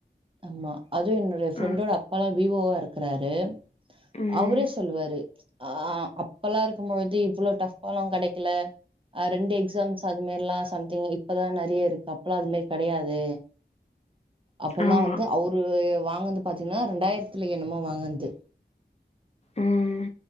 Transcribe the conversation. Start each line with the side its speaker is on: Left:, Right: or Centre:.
Right: ஆம்மா அதுவும் என்னோடைய ஃப்ரெண்டோட
Left: ஆ
Right: அப்பாலாம் வீவோவா இருக்க கறாரு
Left: ம்
Right: அவரே சொல்லுவாரு ஆ அப்பல்லாம் இருக்கும்பொழுது இவ்ளோ டஃப்பாலாம் கெடைக்கல ஆஹ் ரெண்டு எக்ஸாம்ஸ் அது மாரில்லாம் சம்திங் இப்பதான் நிறைய இருக்கு அப்பல்லாம் அது மாரி கெடையாது இப்பல்லாம்
Left: ஆமா
Right: வந்து அவரு வாங்கந்து பாத்தீங்கன்னா ரெண்டாயிரத்துல என்னமோ வாங்கது
Left: ம்